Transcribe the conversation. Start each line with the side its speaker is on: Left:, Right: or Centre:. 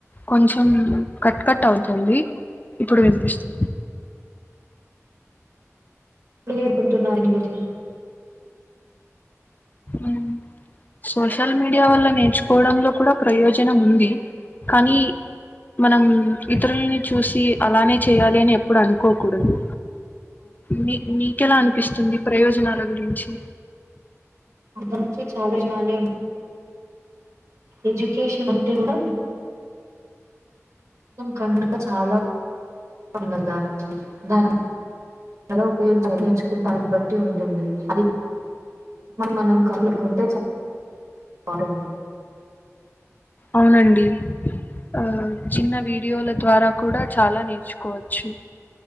Left: కొంచెం కట్ కట్ అవుతుంది ఇప్పుడు వినిపిస్తుంది
Right: మీరే అనుకుంటున్నారు దీని గురించి
Left: ఉమ్ సోషల్ మీడియా వల్ల నేర్చుకోవడంలో కూడా ప్రయోజనం ఉంది కానీ మనం ఇతరులని చూసి అలానే చేయాలి అని ఎప్పుడు అనుకోకూడదు మీ మీకెలా అనిపిస్తుంది ప్రయోజనాల గురించి
Right: అర్థంచే చాలానాలే ఎడ్యుకేషన్ అంటే కూడ కనుక చాలా ఉండ దా దాని తర ఉపయోగ నేర్చుకుంటా బట్ టి ఉంటుంది అది మనం <unintelligible> మారింధి
Left: అవునండి ఆ చిన్న వీడియోల ద్వారా కూడా చాలా నేర్చుకోవచ్చు